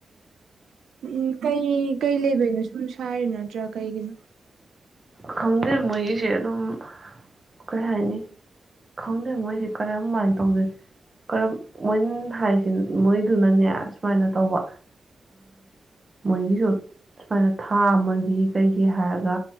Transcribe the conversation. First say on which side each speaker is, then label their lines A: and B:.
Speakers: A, on the right; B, on the right.
A: ꯎꯝ ꯀꯩ ꯀꯩ ꯂꯩꯕꯅꯣ ꯁꯨꯝ ꯁꯥꯔꯤꯅꯣ ꯅꯠꯇ꯭ꯔꯥ ꯀꯩꯒꯤꯅꯣ
B: ꯈꯪꯗꯦꯡ ꯃꯣꯏꯒꯤꯁꯦ ꯑꯗꯨꯝ ꯀꯩ ꯍꯥꯏꯅꯤ ꯈꯪꯗꯦꯡ ꯃꯣꯏꯁꯤ ꯀꯔꯝꯃꯥꯏꯅ ꯇꯧꯗꯣꯏꯁꯦ ꯀꯔꯝ ꯃꯣꯏ ꯍꯥꯏꯁꯤ ꯃꯣꯏꯗꯨꯅꯅꯦ ꯁꯨꯃꯥꯏꯅ ꯇꯧꯕ ꯃꯣꯏꯒꯤꯁꯨ ꯁꯨꯃꯥꯏꯅ ꯊꯥ ꯑꯃꯒꯤ ꯀꯩꯒꯤ ꯍꯥꯏꯔꯒ